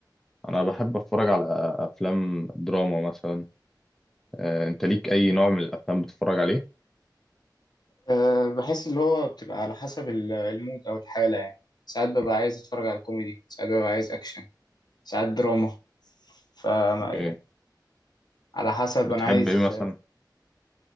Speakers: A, in the centre; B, on the left.
A: انا بحب اتفرج على افلام دراما مثلا آه، انت ليك اي نوع من الافلام بتتفرج عليه
B: أه بحس اللي هو بتبقى على حسب ال- المود او الحاله يعني ساعات ببقى عايز اتفرج على كوميدي ساعات ببقى عايز اكشن ساعات دراما ف يعني
A: اوكي
B: على حسب
A: بتحب
B: انا عايز
A: ايه مثلا